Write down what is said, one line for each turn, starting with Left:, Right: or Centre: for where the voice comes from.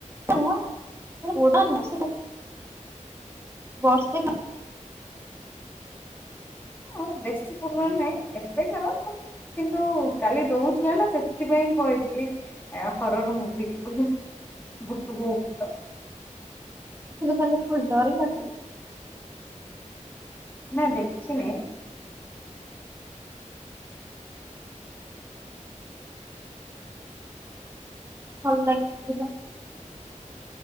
Right: ରୁହ ଏଇ ଯୋଉ <inaudible> ସେଟା ବର୍ଷେ ଖାଲି।
Left: ହଁ ବେଶୀ ପୁରୁଣା ନାଇଁ ଏବେକାର ବଟ୍ କିନ୍ତୁ କାଲି ଦଉଥିଲା ନା ହେଲେ ସେଥିପାଇଁ କହି ଲି ଆ ଫରନ ମୁଭି ବୋଲି ବୁଟୁ ବୋଉ ଭୂତ।
Right: ଦେଖିଲେ କାଲି ଯଉ ଡରିଲ କି?
Left: ନାଇ ଦେଖିନି।
Right: ଭଲ ଲାଗେ ମୁଭି ତ।